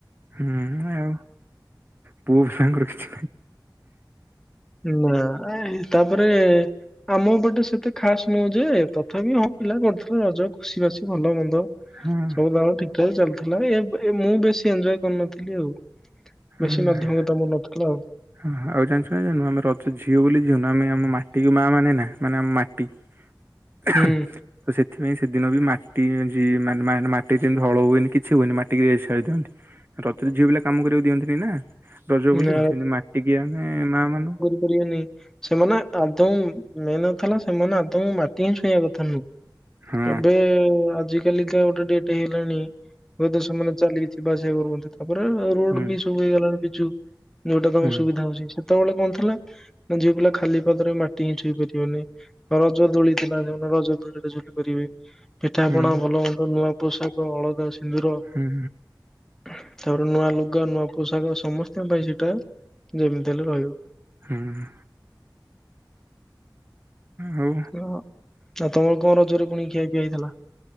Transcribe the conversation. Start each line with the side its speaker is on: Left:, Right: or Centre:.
Right: ହୁଁ ଆଉ ପୁଅ ପିଲାଙ୍କର କିଛି ନାହିଁ।
Centre: ନା ଏଇ ତାପରେ ଆମ ପଟେ ସେତେ ଖାସ ନୁହୁଁ ଯେ ତଥାପି ହଁ ପିଲା କରୁଥିଲେ ରଜ ଖୁସି ବାସି ଭଲ ମନ୍ଦ
Right: ହଁ।
Centre: ସବୁ ତାଳ ଠିକଠାକ ଚାଲିଥିଲା ଏ ମୁଁ ବେଶୀ ଏଞ୍ଜୟ କରିନଥିଲି ଆଉ
Right: ହଁ
Centre: ବେଶୀ
Right: ନା
Centre: ମାଧ୍ୟମତା
Right: ନା,
Centre: ମନ ରଖିଥିଲା ଆଉ।
Right: ହଁ ଆଉ ଜାଣିଛୁ ନା ଜାଣିନୁ ଆମ ରଜ ଝିଅ ବୋଲି ଝଅନୁ ଆମେ ଆମ ମାଟିକୁ ମା ମାନେ ନା ମାନେ ଆମ ମାଟି <inaudible>
Centre: ହୁଁ
Right: ତ ସେଥିପାଇଁ ସେଦିନ ବି ମାଟି ଯ ମାନେ ମାଟି ଯେମିତି ହଳ ହୁଏନି କିଛି ହୁଏନି ମାଟିିକି ଯେ ରେଷ୍ଟ ଛାଡ଼ି ଦିଅନ୍ତି। ରଜରେ ଝିଅ ପିଲା କାମ କରିବାକୁ ଦିଅନ୍ତିନି ନା ରଜ ବୋଲି
Centre: ନା
Right: ସେମିତି ମାଟିିକି ଆମେ ମା ମାନୁ।
Centre: କରିବେନି ସେମାନେ ଆଦୌ ମେନ କଥା ହେଲା ସେମାନେ ଆଦୌ ମାଟିହିଁ ଛୁଇଁବା କଥା ନୁହଁ।
Right: ହଁ
Centre: ଏବେ ଆଜି କାଲି କିନା ଗୋଟେ ଡେଟ ହେଇଲାଣି ବୋଧେ ସେମାନେ ଚାଲିକି ଜିବା ଆସିବା କରୁସନ୍ତି ତାପରେ ରୋଡ
Right: ହୁଁ
Centre: ବି ସବୁ ହେଇଗଲାଣି ପିଚୁ। ଯଉଟା ତାଙ୍କୁ
Right: ହୁଁ
Centre: ସୁବିଧା ହଉଚି ସେତେବେଳେ କଣ ଥିଲା ନା ଝିଅପିଲା ଖାଲି ପାଦରେ ମାଟି ହିଁ ଛୁଇଁ ପାରିବେନି। ରଜ ଦୋଳି ଥିଲା ରଜ ଦୋଳିରେ ଝୁଲି ପାରିବେ। ପିଠାପଣା
Right: ହୁଁ
Centre: ଭଲ ମନ୍ଦ ନୂଆ ପୋଷାକ ଅଳତା ସିନ୍ଦୁର
Right: ହୁଁ
Centre: ତାପରେ ନୂଆ ଲୁଗା ନୂଆ ପୋଷାକ ସମସ୍ତଙ୍କ ପାଇଁ ସେଟା ଯେମିତି ହେଲେ ରହିବ।
Right: ହୁଁଉଁ। ହଉ।
Centre: ହଁ ଆଉ ତମର କଣ ରଜରେ ପୁଣି ଖିଆ ପିଆ ହେଇଥିଲା?